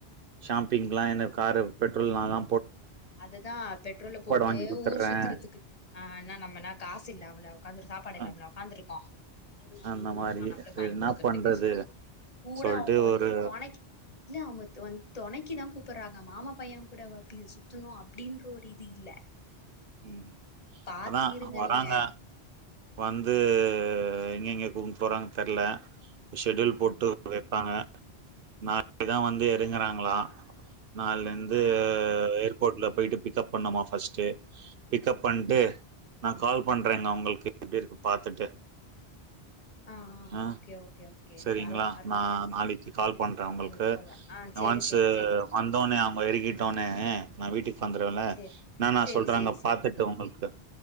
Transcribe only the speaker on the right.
ஷா <unintelligible> காரு பெட்ரோல் நான்தா
வாங்கி குடுத்துடுறேன்
அ
அந்த மாரி
சரி
என்ன
பண்றது
சொல்ட்டு
ஒரு
உம்
அதான்
வராங்க
வந்து எங்கங்க கூப்டு போறாங்கன்னு தெர்ல ஷெட்யூல்
போட்டு வைப்பாங்க நாளைக்கிதா வந்து எறங்குறாங்களா நால்லேந்து
ஏர்போர்ட்ல போயிட்டு பிக்கப் பண்ணுமா பஸ்ட்டு பிக்கப் பன்ட்டு நான் கால் பண்றேங்க உங்கள்க்கு எப்டிருக்கு பாத்துட்டு
அஹ்
சரிங்ளா
நான் நாளைக்கு கால்
பண்றேன்
உங்ளுக்கு
ஒன்ஸ்
வந்தோனே அவ் <unintelligible> எறக்கி விட்டவுட்னே நா வீட்டுக் வந்துருவன்ல
நானாஸ்
சொல்றாங்க
பாத்துட்டு உங்களுக்கு